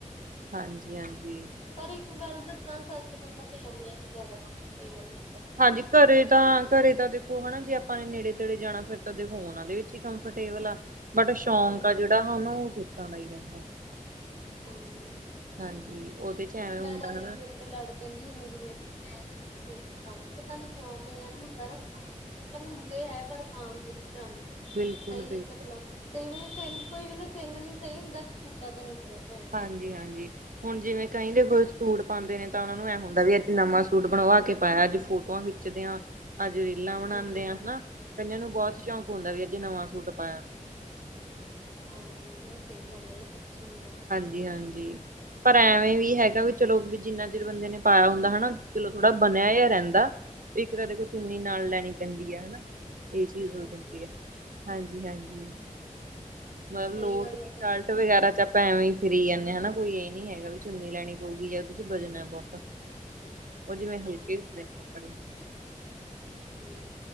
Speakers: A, on the right (about 85°); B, on the left (about 55°).
A: ਹਾਂਜੀ-ਹਾਂਜੀ।
B: ਪਰ ਇੱਕ ਗੱਲ ਦੱਸਾਂ ਸੱਚ ਬੰਦਾ ਪਜਾਮੇਆਂ ਚ ਜਯਾਦਾ। <unintelligible>
A: ਹਾਂਜੀ ਘਰੇ ਤਾਂ ਘਰੇ ਤਾਂ ਦੇਖੋ ਹੈਨਾ ਜੇ ਆਪਾਂ ਨੇ ਨੇੜੇ-ਤੇੜੇ ਜਾਣਾ, ਫੇਰ ਤਾਂ ਦੇਖੋ ਓਹਨਾਂ ਦੇ ਵਿੱਚ ਹੀ ਕੰਫਰਟੇਬਲ ਆ। ਬਟ ਸ਼ੌਕ
B: ਹਮ
A: ਆ ਜੇਹੜਾ ਓਹਨੂੰ ਓ ਸੂਟਾਂ ਦਾ ਈ ਰਹਿੰਦਾ।
B: ਹਾਂਜੀ।
A: ਹਾਂਜੀ ਓਦੇ ਚ ਐਵੇਂ
B: ਮੈਂ
A: ਹੁੰਦਾ
B: ਤਾਂ ਕਈ
A: ਹਨਾ
B: ਵਾਰੀ ਲ-ਲੜ ਕੈਹਂਦੀ ਹੁੰਦੀ ਵੀ ਮੈਂ-ਮੈਂ ਸੂਟ ਪਸੰਦ ਪਤਾ ਨੀ ਕਿਉਂ ਉਸ ਕਈਆਂ ਨੂੰ ਹੁੰਦਾ ਨਾ ਸੂਟ ਮਤਲਬ ਹੁੰਦੇ ਹੈ ਪਰ ਕਾਨ ਤੋ <unintelligible>
A: ਬਿਲਕੁਲ-ਬਿਲਕੁਲ
B: ਸਹੀ ਮਤਲਬ, ਕਈ ਵੇਲੇ ਸਿਲ ਕੋਈ ਵੇਲੇ ਸਿੱਲ ਨੀ ਸਹੀ ਹੁੰਦਾ ਕਿ ਸੂਟਾਂ ਦਾ <unintelligible>
A: ਹਾਂਜੀ-ਹਾਂਜੀ ਹੁਣ ਜਿਵੇਂ ਕਈ ਦੇਖੋ ਸੂਟ ਪਾਂਦੇ ਨੇ ਤਾਂ ਉਹਨਾਂ ਨੂੰ ਐ ਹੁੰਦਾ ਵੀ ਅੱਜ ਨਵਾਂ ਸੂਟ ਬਣਵਾ ਕੇ ਪਾਇਆ ਅੱਜ ਫੋਟੋਆਂ ਖਿੱਚਦੇਂ ਆਂ। ਆਜੋ ਰੀਲਾਂ ਬਣਾਂਦੇ
B: ਹਾਂਜੀ ਹਾਂਜੀ
A: ਐਨਾ, ਕਈਆਂ ਨੂੰ ਬਹੁਤ ਸ਼ੌਂਕ ਹੁੰਦਾ ਵੀ ਅੱਜ ਨਵਾਂ ਸੂਟ ਪਾਇਐ।
B: ਹਾਂਜੀ ਏ ਸਹੀ ਗੱਲ ਹੈ, ਏਹ਼ ਸੱਚੀ ਗੱਲ
A: ਜੀ ਹਾਂਜੀ, ਪਰ ਐਵੇਂ ਵੀ
B: ਹਮ
A: ਹੈਗਾ ਵੀ ਚਲੋ ਵੀ ਜਿੰਨਾ ਚਿਰ ਬੰਦੇ ਨੇ ਪਾਇਆ ਹੁੰਦਾ ਹੈਨਾ ਚਲੋ ਥੋੜ੍ਹਾ ਬਣਿਆ ਜੇਹਾ ਰੈਹੰਦਾ ਇੱਕ ਤਾਂ ਦੇਖੋ ਚੁੰਨੀ ਨਾਲ ਲੈਣੀ ਪੈਂਦੀ ਹੈ ਹੈਨਾ। ਏਹ ਚੀਜ਼ ਹੋ
B: ਹਾਂਜੀ
A: ਜਾਂਦੀ
B: ਹਾਂਜੀ
A: ਹੈ, ਹਾਂਜੀ-ਹਾਂਜੀ
B: ਹਮ
A: ਮਤਲਬ
B: ਸਹੀ
A: ਲੋਟ
B: ਗੱਲ
A: ਟੀ
B: ਆ ਤੁਹਾਡੀ
A: ਸ਼ਰਟ
B: ਬਿਲਕੁਲ
A: ਵਗੈਰਾ ਚ ਆਪਾਂ ਐਵੀਂ ਫਿਰੀ ਜਾਂਣੇ ਆਂ ਹੈਨਾ ਕੋਈ ਏਹ ਨੀ ਹੈਗਾ ਵੀ ਚੁੰਨੀ ਲੈਣੀ ਪਊਗੀ ਜਾਂ ਉਦੇ 'ਚ ਵਜ਼ਨ ਐ ਬਹੁਤਾ। ਓਹ ਜਿਵੇਂ ਹਲਕੇ
B: ਹਾਂਜੀ
A: ਹੁੰਦੇ ਨੇ‌ ਕੱਪੜੇ।
B: ਹੂੰ।